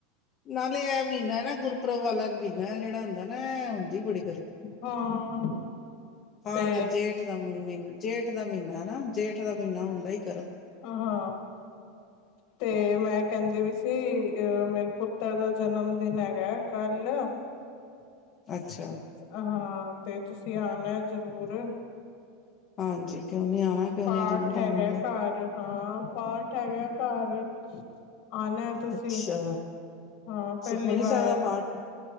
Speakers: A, on the left; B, on the left.
A: ਨਾਲੇ ਇਹ ਮਹੀਨਾ ਨਾ ਗੁਰਪੁਰਬ ਵਾਲਾ ਮਹੀਨਾ ਜਿਹੜਾ ਹੁੰਦਾ ਨਾ ਹੁੰਦੀ ਬੜੀ
B: ਹਾਂ
A: ਹਾਲ
B: ਤੇ
A: ਜੇਠ ਦਾ ਮ ਮੀਨ ਜੇਠ ਜੇਠ ਦਾ ਮਹੀਨਾ ਹਨਾ ਜੇਠ ਦਾ ਮਹੀਨਾ ਹੁੰਦਾ ਗਰਮ ਹੈ।
B: ਆਹ ਹਾਂ ਤੇ ਮੈਂ ਕਹਿੰਦੀ ਸੀ ਮੇਰੇ ਪੁੱਤਰ ਦਾ ਜਨਮ ਦਿਨ ਹੈਗਾ ਕੱਲ <unintelligible>
A: ਅੱਛਾ,
B: ਤੇ ਤੁਸੀਂ ਆਣਾ ਜਰੂਰ
A: ਹਾਂਜੀ ਕਿਉਂ ਨੀ ਆਣਾ ਕਿਉਂ
B: ਪਾਠ
A: ਨੀ ਜ਼ਰੂਰ
B: ਹੈਗਾ
A: ਆਵਾਂਗੇ।
B: ਘਰ ਹਾਂ ਪਾਠ ਹੈਗਾ ਘਰ <inaudible> ਆਨਾ ਤੁਸੀਂ
A: ਅੱਛਾ,
B: ਹਾਂ ਪਹਿਲੀ
A: ਸੁਖਮਨੀ
B: ਵਾਰ
A: ਸਾਹਿਬ ਦਾ ਪਾਠ